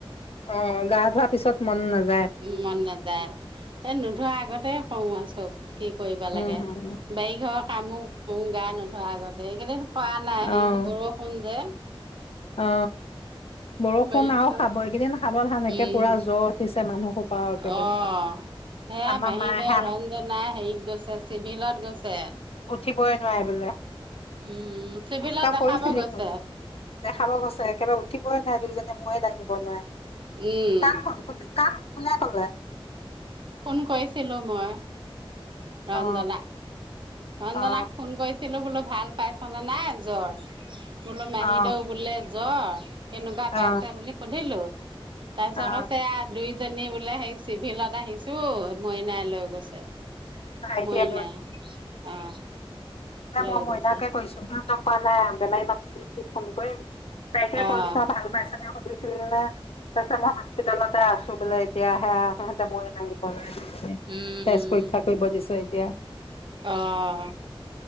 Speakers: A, on the left (about 85°); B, on the right (about 55°).
A: অ গা ধোৱাৰ পিছত মন নাযা-
B: উ মন নাযায় এ নোধোৱা আগতে। সৱা চট। কি কৰিবা লাগে
A: উম হম
B: বাৰিঘৰ কামো কৰো গা নধ আগতে এই কেইদিন। খোৱা নাই সেই
A: অ
B: বৰষুণ যে।
A: অ বৰষুণ
B: বাৰী
A: আৰু
B: ঘৰত,
A: খাব এইকেইদিন সাবধান একে
B: উম।
A: পুৰা জ্বৰ উঠিছে মানুহ। সোপা একেবাৰে।
B: অ সেয়া
A: আমাৰ
B: মাহী
A: মায়েহে
B: ধৰ ৰঞ্জনা হেৰিত গৈছে চিভিলত গৈছে।
A: উঠিবই নোৱাৰে বোলে
B: উম, চিভিলত
A: তই
B: দেখাব
A: কৰিছিলি
B: গৈছে।
A: ফোন দেখাব গৈছে একেবাৰে উঠিবই নোৱাই দুইজনে ময়ে দাঙি বনোৱাই।
B: উম,
A: কাক ফোন খোজো কা ক। কোনে কলে।
B: ফোন কৰিছিলো মই। ৰঞ্জনা।
A: অ
B: অঞ্জনাক
A: অ
B: ফোন কৰিছিলো বোলো, ভাল ভাল পাইছনে নাই জ্বৰ? বোলো মাহীদেউ
A: অ
B: বুলে জ্বৰ কেনেকুৱা পাইছা
A: অ
B: বুলি সুধিলো? তাৰপিছত
A: অ
B: কছে আ, দুইজনী বোলে সেই চিভিলত আহিছো। মইনাই লৈ গৈছে,
A: ভাইটিয়ে
B: মইনাই। অ।
A: শুনা,
B: লৈ
A: মই মইনাকে
B: গৈছে
A: কৈছো হা। পোৱা নাই বেমাৰী মানুহ বোলো, কি ফোন কৰিম। তাকে
B: অ',
A: কৈছো আ ভাল পাইছ নে ছিল নে, তাছত মই হস্পিতালতে আছো বোলে এতিয়া, আহা আহাতে মই। <unintelligible>
B: উম,
A: তেজ পৰীক্ষা কৰিব দিছে, এতিয়া।
B: অঁ